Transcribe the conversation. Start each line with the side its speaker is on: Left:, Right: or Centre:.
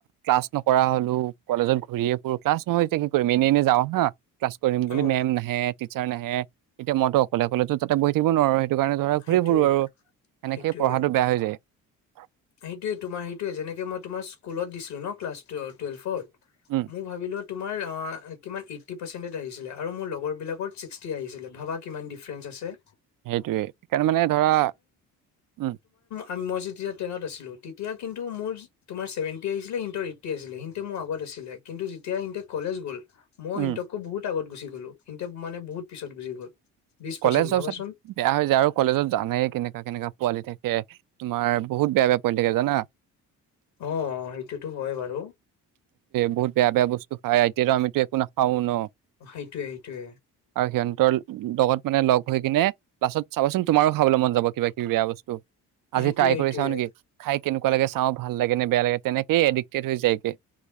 Right: ক্লাছ নকৰা হলো কলেজত ঘূৰিয়ে ফুৰো ক্লাছ নহয় এতিয়া কি কৰিম এনে এনে যাওঁ হা। ক্লাছ কৰিম বুলি
Left: অ',
Right: মেম নাহে। টিচাৰ নাহে এতিয়া মইতো অকলে অকলেতো তাতে বহি থাকিব নোৱাৰো। সেইটো কাৰণে ধৰা ঘূৰি
Left: সেইটোয়ে
Right: ফুুৰো আৰু সেনেকেই
Left: সেইটোয়ে
Right: পঢ়াটো বেয়া হৈ যায়। <unintelligible>
Left: সেইটোয়ে তোমাৰ সেইটোয়ে যেনেকে মই তোমাৰ। স্কুলত দিছিলো ন ক্লাছ টুৱেলফ'ত।
Right: উম
Left: মই ভাবিলো তোমাৰ অ। কিমান এইটি পাৰ্চেণ্টিত আহিছিলে আৰু মোৰ লগৰ বিলাকৰ ছিক্সটি আহিছিলে ভাবা কিমান দিফাৰেন্স আছে।
Right: সেইটোয়ে সেইকাৰণে মানে ধৰা উম।
Left: আমি মই যেতিয়াত। টেনত আছিলো তেতিয়া কিন্তু মোৰ তোমাৰ ছেভেনটি আছিলে সিহঁতৰ এইটি আছিলে সিহতে মোৰ আগত আছিলে কিন্তু যেতিয়া সিহতে কলেজ গ'ল। মই
Right: উম
Left: হেটতকে বহুত আগত গুচি গলো। গলো সিহঁতে মানে বহুত পিছত গুচি গ'ল। বিশ পাৰ্চেন্ট
Right: কলেজ যোৱাৰ
Left: ভাবাচোন
Right: পিছত, বেয়া হৈ যায় আৰু কলেজত জানেই কেনেককা কেনেককা পোৱালি থাকে। তোমাৰ বহুত বেয়া বেয়া পৰি থাকে জানা।
Left: অঁ সেইটোতো হয় বাৰু।
Right: বহু বেয়া বে বস্তু। খাই এতিয়াতো আমো একো না খাওঁ ন
Left: সেইটোয়ে সেইটোয়ে
Right: আৰু সিহন। লগত। মানে লগ হৈ কিনে লাছত চাবচোন তোমাৰো খাবলৈ মন যাব কিবা কিবি বেয়া বস্তু। আজি
Left: সেইটোয়ে
Right: ট্ৰাই
Left: সেইটোয়ে
Right: কৰি চাওঁ নেকি খাই। কেনেকুৱা লাগে চাওঁ ভাল লাগে নে বেয়া লাগে তেনেকয়ে এডিক্টেড হৈ যায়গে।